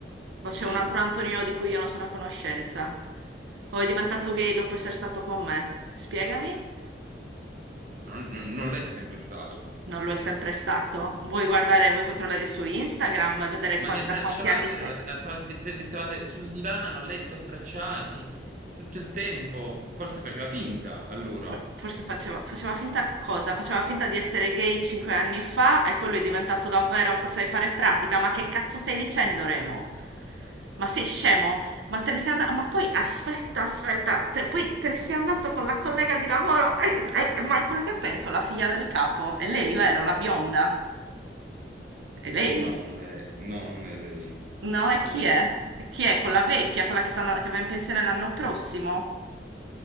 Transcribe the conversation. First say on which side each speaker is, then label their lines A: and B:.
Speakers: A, on the right (about 85°); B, on the right (about 45°).
A: O
B: È
A: c'è
B: gay?
A: un altro Antonio di cui io non sono a conoscenza. O è diventato gay dopo essere stato con me. Spiegami?
B: Non, non- non l'è sempre stato.
A: Non lo è sempre stato. Vuoi guardare, vuoi controllare il suo Instagram e vedere
B: Ma
A: qua-
B: vi
A: da
B: abbracciavate,
A: quanti anni stai...
B: eravate- eravate- mettevate sul divano, a letto, abbracciati tutto il tempo. Forse faceva finta allora.
A: For- Forse faceva, faceva finta cosa? Faceva finta di essere gay cinque anni fa e poi lo è diventato davvero a forza di fare pratica. Ma che cazzo stai dicendo, Remo? Ma sei scemo? Ma te ne sei andato? Ma poi aspetta, aspetta, te- poi te ne sei andato con la collega di lavoro? Eh, eh, ma è quella che penso, la figlia del capo? È lei, vero? La bionda? È lei?
B: No, non è, no, non è lei.
A: No, e
B: È,
A: chi è? Chi è? Quella vecchia, quella che, sta- che va in pensione l'anno prossimo?